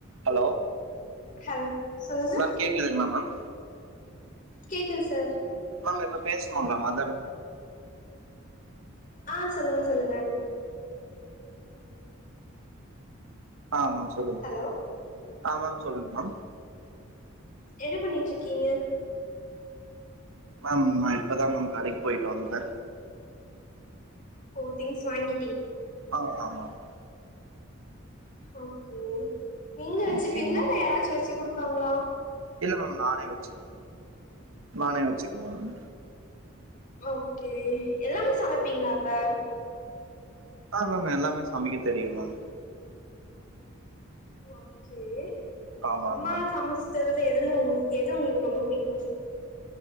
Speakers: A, on the right; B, on the left.
A: ஹலோ
B: ஹல் சொல்லுங்க
A: மேம் கேக்குதுங்ளா மேம்
B: கேக்குது சார்
A: மேம் இப்ப பேசுனோல்ல மதர்
B: ஆஹ் சொல்லுங்க சொல்லுங்க
A: ஆமேம் சொல்லுங்க
B: ஹலோ
A: ஆ மேம் சொல்லுங்க மேம்
B: என்ன பண்ணிட்ருக்கீங்க
A: மேம் நான் இப்பதா மேம் கடைக்கு போயிட்டு வந்தே
B: ஓ திங்க்ஸ் வாங்கி
A: ஆஹ் ஆமா மேம்.
B: ஓகே நீங்களே வெச்சிப்பீங்ளா
A: ஓகே மேம்
B: இல்ல யாராச்சு வச்சுகுடுப் பாங்ளா
A: இல்ல மேம் நானே வச்சுக்கு நானே வச்சுக்குவே மே
B: ஓகே எல்லாமே சமைப்பிங்ளா அப்ப
A: ஆஹ் மேம் எல்லாமே சமைக்க தெரியும் மேம்
B: ஓகே
A: ஆமாங்க
B: அம்மா
A: மேம்
B: சமச்சுதரத் எதுலவு எது உங்களுக்கு ரொம்ப புடிக்கு